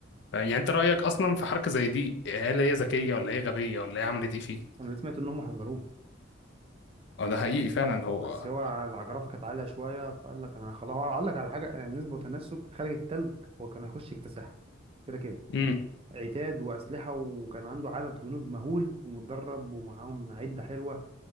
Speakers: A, on the left (about 65°); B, on the right (about 30°).
A: يعني انت رأيك اصلا في حركة زي دي هل هي ذكية ولا هي غبية ولا هي عملت ايه فيه
B: انا اللي سمعت ان هم حذروه
A: اه ده حقيقي فعلا هو
B: بس هو العجرفه كانت عاليه شويه فقال لك انا خلاص هو قال لك على حاجه يعني نسبه وتناسب خارج التلج هو كان هيخش يكتسحها كده كده
A: امم
B: عتاد واسلحه وكان عنده عدد جنود مهول ومتدرب ومعاهم عده حلوه